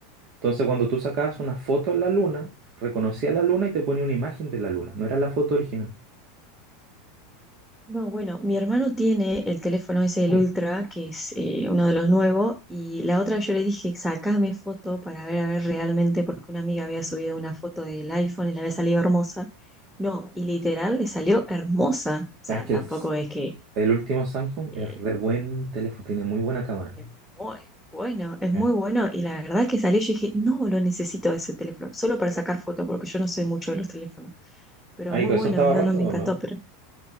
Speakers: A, on the right (about 50°); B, in the centre.
A: Entonces cuando tú sacabas una foto en la luna, reconocía la luna y te ponía una imagen de la luna. No era la foto original.
B: No, bueno, mi hermano tiene el teléfono ese el
A: Mm.
B: Ultra, que es eh, uno de los nuevos, y la otra yo le dije, sacame foto para ver a ver realmente, porque una amiga había subido una foto del iPhone y le había salido hermosa. No, y literal le salió hermosa. O sea,
A: Ah, es que
B: tampoco
A: el, s-
B: es que
A: el último Samsung
B: eh,
A: es re buen teléfono, tiene muy buena cámara.
B: es muy bueno, es muy
A: Eh.
B: bueno. Y la verdad que salió, yo dije, no, lo necesito ese teléfono, solo para sacar foto, porque yo no soy mucho de los teléfonos. Pero
A: Ay,
B: muy
A: pero
B: bueno,
A: eso estaba
B: no,
A: ahorrando
B: no me encantó,
A: o no?
B: pero